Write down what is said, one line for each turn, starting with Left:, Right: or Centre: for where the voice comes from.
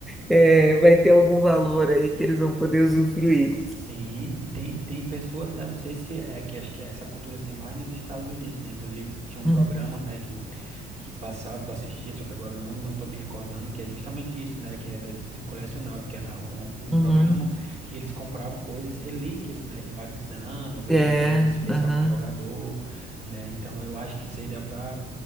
Centre: é, vai ter algum valor aí que eles vão poder usufruir.
Right: Sim, e tem, tem pessoas, né? Não sei se é que acho que é essa cultura assim é mais nos Estados Unidos, né? Inclusive tinha um
Centre: hum
Right: programa, né, que, que passava, que eu assistia, só que agora não, não tô me recordando, que é justamente isso, né? Que era de colecionável, que era um, um
Centre: Uhum.
Right: programa que eles compravam coisas, relíquias, né? De vários anos, às vezes
Centre: É,
Right: uma camisa especial
Centre: aham,
Right: de um jogador, né? Então eu acho que isso aí dá pra,